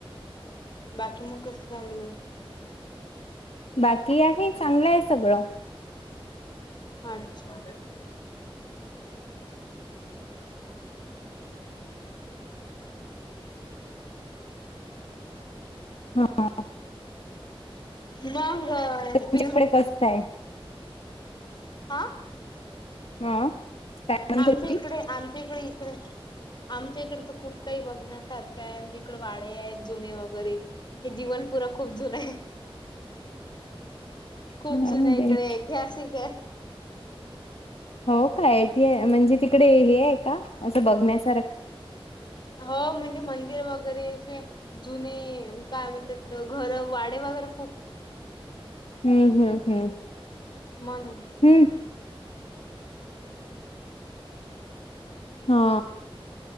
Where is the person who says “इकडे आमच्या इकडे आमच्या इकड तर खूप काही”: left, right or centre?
Left